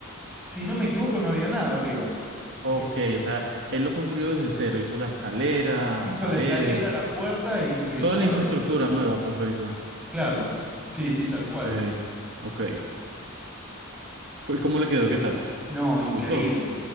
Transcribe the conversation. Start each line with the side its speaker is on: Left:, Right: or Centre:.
Centre: si no me equivoco, no había nada arriba.
Right: Ok,
Centre: Eh,
Right: o sea, él lo construyó desde cero, hizo la escalera,
Centre: hizo
Right: paredes,
Centre: la escalera, la puerta y, y el
Right: toda
Centre: cuarto.
Right: la infraestructura nueva, pues lo hizo.
Centre: Claro. Sí, sí, tal
Right: Ok,
Centre: cual.
Right: ok. ¿Y cómo le quedó? ¿Qué tal?
Centre: No, increíble.
Right: ¿Gustó?